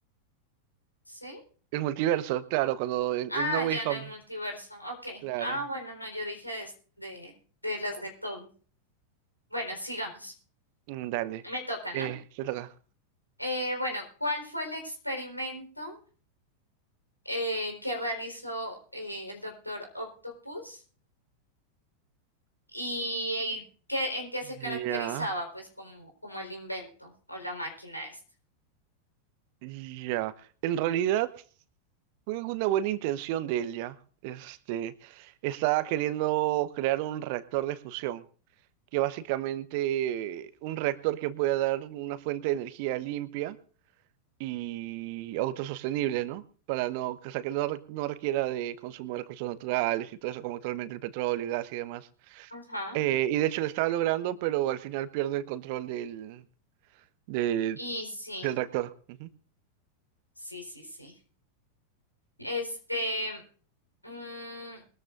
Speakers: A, on the left (about 90°); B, on the right (about 45°).
A: ¿sí?
B: El multiverso, claro, cuando en,
A: Ah,
B: en No Way
A: ya en
B: Home.
A: el multiverso. Ok.
B: Claro.
A: Ah, bueno, no, yo dije de, de, de las de todo. Bueno, sigamos.
B: Mm, Dale.
A: Me toca, ¿no?
B: Eh, te toca.
A: Eh, bueno, ¿cuál fue el experimento eh, que realizó eh, el doctor Octopus y, y qué- en qué se caracterizaba,
B: Ya.
A: pues, como, como el invento o la máquina esta?
B: Ya, en realidad fue una buena intención de él ya. Este, estaba queriendo crear un reactor de fusión, que básicamente un reactor que pueda dar una fuente de energía limpia y autosostenible, ¿no? Para no, o sea, que no, re- no requiera de consumo de recursos naturales y todo eso, como actualmente el petróleo, el gas y demás.
A: Ajá.
B: Eh, y de hecho lo estaba logrando, pero al final pierde el control del, de-
A: Y sí,
B: del reactor. Ujú.
A: sí, sí, sí. Este, mm,